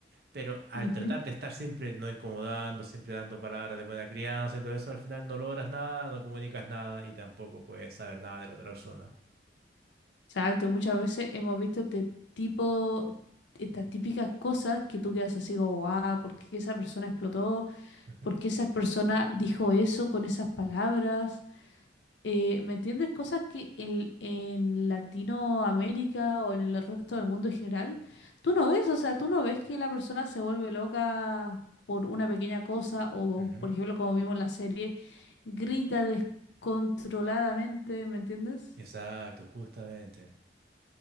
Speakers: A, on the right; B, on the left.
A: Pero al
B: Ujú.
A: tratar de estar siempre no incomodando, siempre dando palabras de buena crianza y todo eso, al final no logras nada, no comunicas nada y tampoco puedes saber nada de la otra persona.
B: Exacto, y muchas veces hemos visto este tipo, estas típicas cosas que tú quedas así como, wow, ¿por qué esa persona explotó?
A: Ujú.
B: ¿Por qué esa persona dijo eso con esas palabras? eh, ¿me entiendes? Cosas que en, en Latinoamérica o en el resto del mundo en general, tú no ves, o sea, tú no ves que la persona se vuelve loca por una pequeña cosa o,
A: Ujú.
B: por ejemplo, como vimos en la serie, grita descontroladamente, ¿me entiendes?
A: Exacto, justamente.